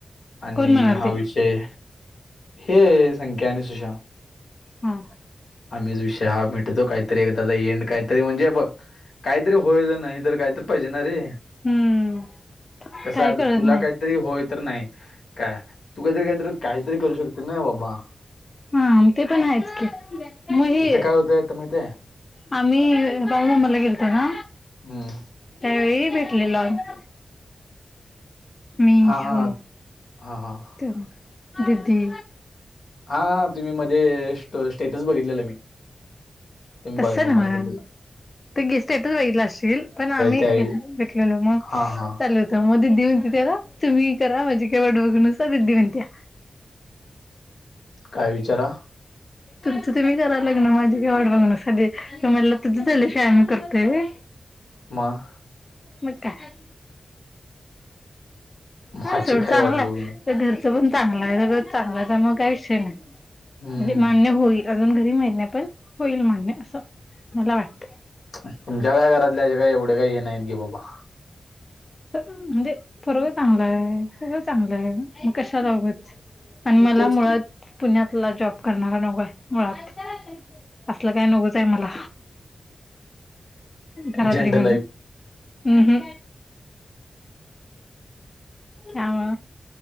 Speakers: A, on the left (about 75°); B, on the left (about 40°).
A: आणि
B: कोण म्हणाल
A: हा
B: ते
A: विषय हे संख्या आणि सुशा
B: हा
A: आम्हीच विषय हा मिटवतो काहीतरी एकदाचा एंड काहीतरी म्हणजे बघ काहीतरी होयल नाही तर काहीतर पाहिजेणारे
B: हम्म
A: कस
B: काय
A: आता
B: कळत
A: तुला
B: नाही
A: काहीतरी होय तर नाही. काय तू काहीतरी काहीतरी काहीतरी करू शकते ना बाबा
B: हा मग ते पण आहेच की मग हे
A: इथं काय होतंय आता माहित आहे
B: आम्ही बाळू मामाला गेलतो ना
A: हम्म
B: त्यावेळी भेटलेलो आम्ही मी
A: हा हा
B: हो
A: हा हा हा
B: तेव्हा दिदी
A: हा हा तुम्ही मध्ये स्ट स्टेटस बघितलेलं मी तुमी
B: तसं
A: बाळूमामाला
B: नव्ह
A: गेलेल
B: ते गे स्टेटस बघीतला असशील पण आम्ही
A: त्यावेळी
B: भेट. भेेटलेलो मग
A: हा हा
B: चाललो होतो मग दिदी विचारा तुम्ही करा माझी काय वाट बघू नकोसा दिदी म्हणत्या
A: काय विचारा
B: तुमचं तुमी करा लग्न माझी काय वाट बघू नकोसा दि म्हटलं तुझं झाल्याशिवाय आम्ही करतोय व्हय
A: मग
B: मग काय
A: माझी
B: हा सोड
A: काय
B: चांगलाय
A: वाट बघून
B: ते घर च पण चांगल हाय सगळच चांगलाय हाय मग काही विषय नाही
A: हम्म
B: म्हणजे मान्य होईल अजून घरी माहित नाही पण होईल मान्य असं मला वाटतं
A: तुमच्या काय घरातले असे काही एवढे काही हे नाहीत घे बाबा
B: स. म्हणजे पोरग चांगलं आहे सर्व चांगलं आहे मग कशाला उगच आणि मला
A: तेच
B: मुळात
A: की
B: पुण्यातला जॉब करणारा नकोय मुळात असलं काय नकोच आहे मला घरातली
A: झंड
B: मान्य
A: लाईफ
B: अ ह हवा